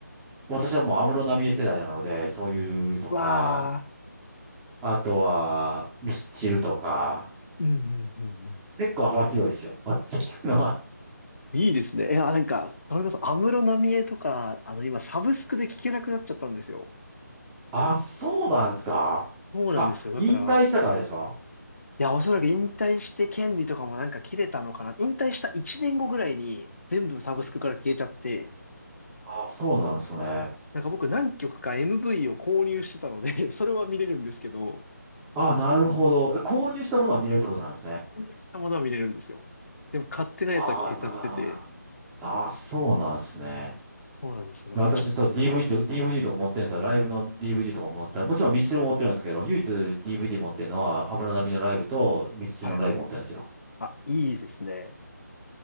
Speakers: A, in the centre; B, on the left.
A: 私はもう安室奈美恵世代なので、そういうとか、
B: わあ、
A: あとはミスチルとか、
B: うんうんうんうん。
A: 結構幅広いですよ。私聞くのは。
B: いいですね。え、あ、なんか、それこそ安室奈美恵とか、あの、今、サブスクで聞けなくなっちゃったんですよ。
A: あ、そうなんですかあ、
B: そうなんですよ。だから、
A: 引退したからですか
B: いや、おそらく引退して権利とかもなんか切れたのかな。引退した1年後ぐらいに全部サブスクから消えちゃって、
A: うんあ、そうなんですね。
B: なんか僕何曲か MV を購入してたので <laughs> それは見れるんですけど、
A: あ、なるほど。え購入したものは見れるってことなんですね。
B: 購入したものは見れるんですよ。でも買ってないやつは消えちゃってて、
A: ああ、なるほどあ、あそうなんですね。
B: そうなんですよ。だからちょっ
A: いや私、ちょっと DVD と、DVD とか持ってるんですよ。ライブの DVD とか持ったもちろんミスチルも持ってるんですけど、唯一 DVD 持ってるのは、安室奈美のライブとミスチルのライブ持ってるんですよ。
B: と、はいはい。あ、いいですね。